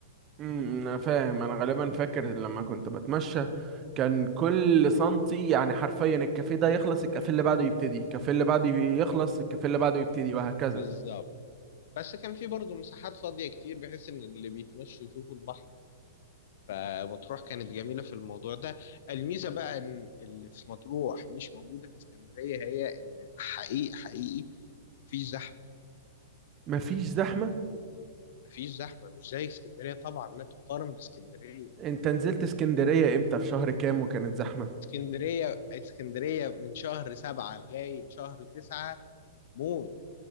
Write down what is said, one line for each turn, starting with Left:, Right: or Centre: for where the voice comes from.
Right: امم انا فاهم انا غالبا فاكر لما كنت بتمشى كان كل سنتي يعني حرفيا الكافيه ده يخلص الكافيه اللي بعده يبتدي الكافيه اللي بعده يخلص الكافيه اللي بعده يبتدي وهكذا
Left: بالظبط بس كان في برضه مساحات فاضية كتير بحيث إن اللي بيتمشوا يشوفوا البحر فمطروح كانت جميلة في الموضوع ده الميزة بقى إن اللي في مطروح مش موجودة في اسكندرية هي إن حقيقي حقيقي مفيش زحمة
Right: مفيش زحمة
Left: مفيش زحمة مش زي اسكندرية طبعا لا تقارن باسكندرية
Right: انت نزلت اسكندرية امتى في شهر كام وكانت زحمة
Left: اسكندرية اسكندرية من شهر سبعة لغاية شهر تسعة موت